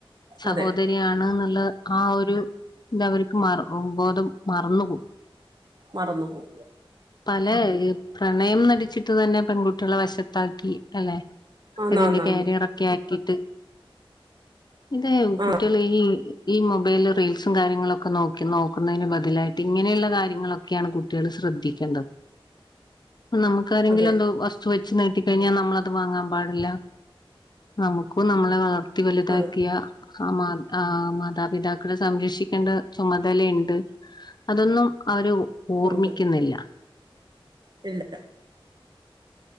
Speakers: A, on the left (about 50°); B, on the right (about 45°).
A: സഹോദരിയാണ്ന്നുള്ള
B: അതെ
A: ആ.. ഒരു. ഇതവർക്ക് മ ബോധം മറന്നുപോവും.
B: മറന്നു പോവും.
A: അല്ലെ പ്രണയം നടിച്ചിട്ട് തന്നെ പെൺകുട്ടികളെ വശത്താക്കി. അല്ലെ
B: ആന്നാന്നാന്ന്
A: ഇതിന്റെ കാരിയർ ഒക്കെ- ഇത്‌ ഇതേ കുട്ടികള്
B: ആഹ്
A: ഈ ഈ മൊബൈല് റീൽസ്- നോക്കി നോക്കുന്നതിന് ബദലായിട്ട് ഇങ്ങനെയുള്ള കാര്യങ്ങളൊക്കെയാണ് കുട്ടികള് ശ്രദ്ധിക്കേണ്ടത് നമുക്കാരെങ്കിലെന്തോ
B: അതെ
A: വസ്തു വെച്ചു നീട്ടി കഴിഞ്ഞാൽ നമ്മളത് വാങ്ങാൻ പാടില്ല നമുക്ക് ഇപ്പം നമ്മളെ വളർത്തി വലുതാക്കിയ
B: അതെ
A: ആ മാ ആ മാതാപിതാക്കളെ സംരക്ഷിക്ക ക്കേണ്ട ചുമതലിണ്ട് അതൊന്നും ആരും ഓർമ്മിക്കുന്നില്ല
B: ഉണ്ട് ഇല്ല